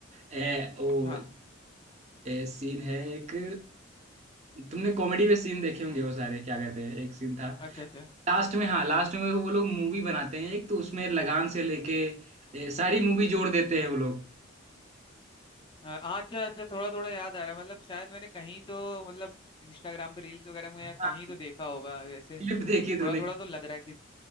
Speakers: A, on the right; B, on the left.
A: ए, वो
B: हाँ
A: सीन है एक अ, तुमने कॉमेडी में सीन देखे होंगे वो सारे क्या कहते हैं एक सीन था
B: अच्छा अच्छा
A: लास्ट में हाँ लास्ट में वो लोग मूवी बनाते हैं एक तो उसमें लगान से लेके ए, सारी मूवी जोड़ देते हैं वो लोग
B: अ, हाँ अच्छा अच्छा थोड़ा थोड़ा याद आ रहा है मतलब शायद मैंने कहीं तो मतलब इंस्टाग्राम पे रील्स वगैरह में
A: हाँ
B: या कहीं तो देखा होगा वैसे
A: क्लिप देखी
B: थोड़ा
A: तुमने
B: थोड़ा तो लग रहा है कि